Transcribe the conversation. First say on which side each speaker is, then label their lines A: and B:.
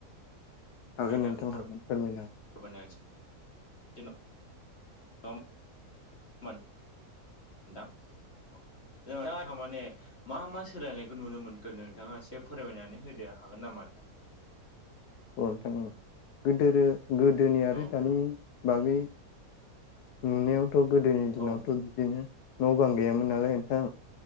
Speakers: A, on the left; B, on the left.
A: हागोन
B: आयदाखौ
A: नोंथां हागोन फोरमायनो हागोन।
B: फोरमायना <inaudible> <inaudible> नोंथां <unintelligible> माने मा मा सोलायनायखौ नुनो मोनगोन नोंथाङा एसे फोरमायनानै होदो हागोन नामा नोंथां?
A: औ नोंथां औ गोदोरो गोदोनि आरो
B: औ होमबा
A: दानि बागै नुनायावथ गोदोनि दिनावथ
B: औ
A: बिदिनो न' बां गैयामोन नालाय नोंथां